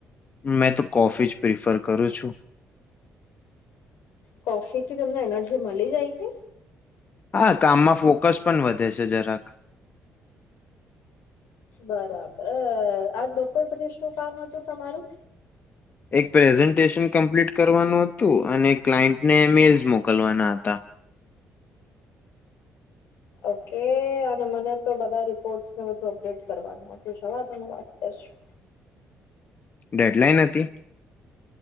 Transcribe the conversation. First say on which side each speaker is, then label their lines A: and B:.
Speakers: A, on the left (about 40°); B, on the left (about 80°).
A: મેં તો કોફી જ પ્રિફર કરું છું.
B: કોફી થી તમને એનર્જી મળી જાય કે?
A: હા કામમાં ફોકસ પણ વધે છે જરાક.
B: બરાબર આજ બપોર પછી શું કામ હતું તમારું.
A: એક પ્રેઝન્ટેશન કમ્પ્લીટ કરવાનું હતું અને ક્લાયન્ટને મેલ્સ મોકલવાના હતા.
B: ઓકે અને મને તો બધા રિપોર્ટસને બધું અપડેટ કરવાનું. <unintelligible> વાત કરીશું.
A: ડેડલાઈન હતી?